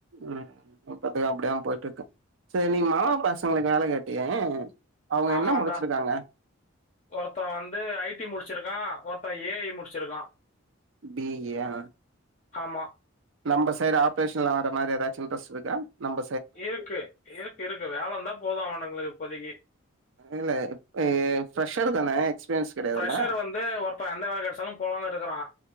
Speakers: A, on the right; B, on the left.
A: ம் இப்பத்துகு அப்டிதாம் போயிட்ருக்கு சேர் நீ மாமா பசங்ளுகு வேல கேட்டியே அவங்க
B: ஆமாண்டா
A: என்ன முடிச்சிருக்காங்க
B: ஒருத்தன் வந்து ஐ டி முடிச்சுருக்கான் ஒருத்தன் ஏ ஐ முடிச்சுருக்கான்
A: டி இ ஆ
B: ஆமா
A: நம் சைடு ஆபரேஷன்ல வர மாதிரி எதாச்சும் இண்ட்ரஸ் இருக்கா நம்ப
B: இருக்கு இருக்குருக்கு வேலந்தா போதும் அவனுங்களுக்கு இப்போதைக்கு
A: இல்ல இப்ப ஃப்ரெஷ்ஷர் தான எக்ஸ்பீரியன்ஸ் கெடையாதுல்ல
B: ஃப்ரெஷ்ஷர் வந்து ஒருத்தன் எந்த வேல கெடைச்சாலும் போலாம்னுருக்குறான்